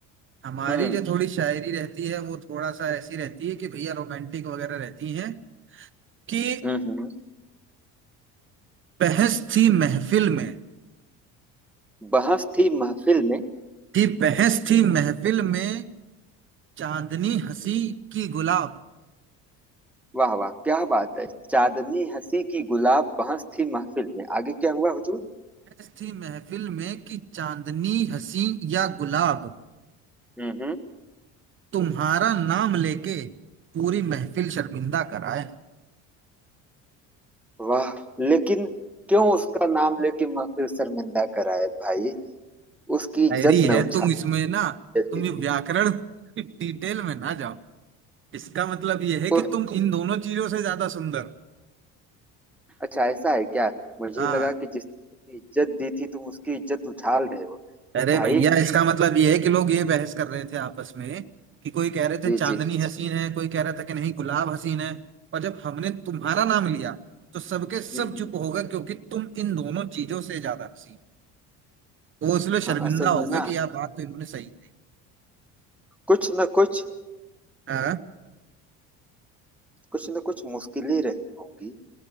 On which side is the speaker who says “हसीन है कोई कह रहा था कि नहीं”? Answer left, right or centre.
Right